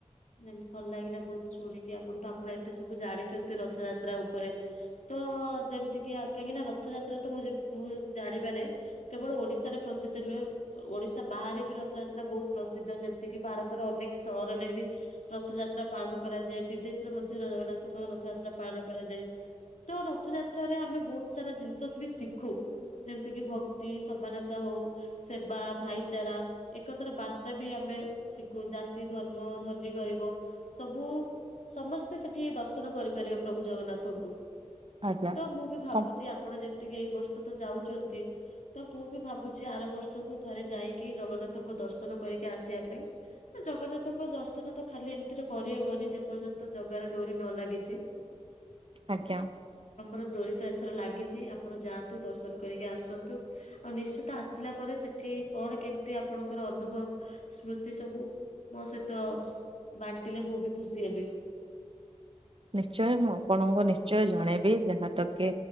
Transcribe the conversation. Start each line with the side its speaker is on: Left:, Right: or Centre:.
Left: ଯେମତି ଭଲ ଲାଗିଲା ବହୁତ ଶୁଣିକି ଆପଣଠୁ ଆପଣ ଏତେ ସବୁ ଜାଣିଛନ୍ତି ରଥଯାତ୍ରା ଉପରେ ତ ଯେମିତିକି କାହିଁକି ନା ରଥଯାତ୍ରା ତ ମୁଁ ମୁଁ ଜାଣିବାରେ କେବଳ ଓଡିଶାରେ ପ୍ରସିଦ୍ଧ ନୁହେଁ ଓଡିଶା ବାହାରେ ବି ରଥଯାତ୍ରା ବହୁତ ପ୍ରସିଦ୍ଧ ଯେମିତି କିି ଭାରତ ଅନେକ ସହରରେ ବି ରଥଯାତ୍ରା ପାଳନ କରାଯାଏ ବିଦେଶରେ ମଧ୍ୟ ଜଗନ୍ନାଥଙ୍କ ରଥଯାତ୍ରା ପାଳନ କରାଯାଏ ତ ରଥଯାତ୍ରାରେ ଆମେ ବହୁତ ସାରା ଜିନିଷ ବି ଶିଖୁ ଯେମିତିକି ଭକ୍ତି ସମାନତା ହଉ ସେବା ଭାଇଚାରା ଏକଥାର ବାର୍ତ୍ତା ବି ଆମେ ଶିଖୁ ଜାତି ଧର୍ମ ଧନୀ ଗରିବ ସବୁ ସମସ୍ତେ ସେଠି ଦର୍ଶନ କରିପାରିବେ ପ୍ରଭୁ ଜଗନ୍ନାଥଙ୍କୁ
Right: ଆଜ୍ଞା
Left: ତ ମୁଁ ବି ଭାବୁଛି
Right: ସମ୍
Left: ଆପଣ ଯେମିତି ଏଇ ବର୍ଷ ତ ଯାଉଛନ୍ତି ତ ମୁଁ ବି ଭାବୁଛି ଆର ବର୍ଷକୁ ଥରେ ଯାଇକି ଜଗନ୍ନାଥଙ୍କ ଦର୍ଶନ କରିକି ଆସିବା ପାଇଁ ଜଗନ୍ନାଥଙ୍କ ଦର୍ଶନ ତ ଖାଲି ଏମିତିରେ କରିହବନି ଯେ ପର୍ଯ୍ୟନ୍ତ ଜଗାରେ ଡୋରି ନ ଲାଗିଛି ହ
Right: ଆଜ୍ଞା।
Left: ର ଦରିତ ଏଥର ଲାଗିଛି ଆପଣ ଯାଆନ୍ତୁ ଦର୍ଶନ କରିକି ଆସନ୍ତୁ ଆଉ ନିଶ୍ଚିତ ଆସିଲା ପରେ ସେଠ କଣ କେମିତି ଆପଣଙ୍କର ଅନୁଭବ ସ୍ମୃତି ଏ ସବୁ ମୋ ସହିତ ବାଣ୍ଟିଲେ ମୁଁ ବି ଖୁସି ହେବି।
Right: ନିଶ୍ଚୟ ମୁଁ ଆପଣଙ୍କୁ ନିଶ୍ଚୟ ନି ଜଣେଇବି ଯାହା ତ କି